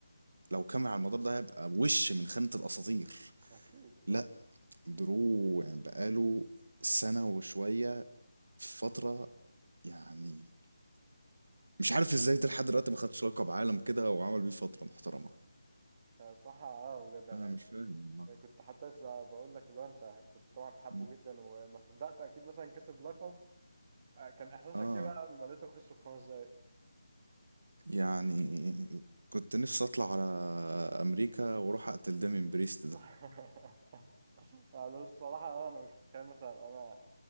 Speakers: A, on the right; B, on the right.
A: لو كمل على المدار ده هيبقى وش من خانة الأساطير
B: أكيد
A: لا درو يعني بقاله سنة وشوية في فترة يعني مش عارف ازاي ده لحد دلوقتي ما خدش لقب عالم كده وعمل بيه فترة محترمة
B: صح اه بجد يعني
A: انا مش فاهم والله
B: كنت حتى لسه بقول لك اللي هو انت كنت طبعا حابه
A: مم.
B: جدا وما صدقت اكيد مثلا كسب لقب آه، كان احساسك
A: اه
B: ايه بقى لما لقيته خسر في خمس دقايق
A: يعني كنت نفسي اطلع على امريكا واروح اقتل دامين بريست ده
B: <laughs> انا الصراحه انا مش متخيل مثلا انا